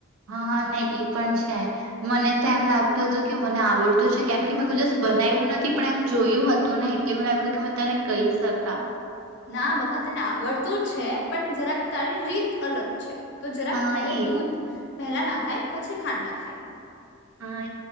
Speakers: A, on the right; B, on the left.
A: હા ને ઈ પણ છે, મને તો એમ લાગતું હતું કે મને આવડતું છે, કેમ કે મેં ખુદ જ બનાવ્યું નથી પણ એમ જોયું હતું ને એટલે મને લાગ્યું કે મેં તને કહી શકાય.
B: ના બકા તને આવડતો જ છે પણ જરાક તારી રીત અલંગ. છે. તો જરાક
A: હા
B: પેલે
A: એજ
B: દૂધ પહેલા નાખાય પછી ખાંડ નાખાય.
A: હા.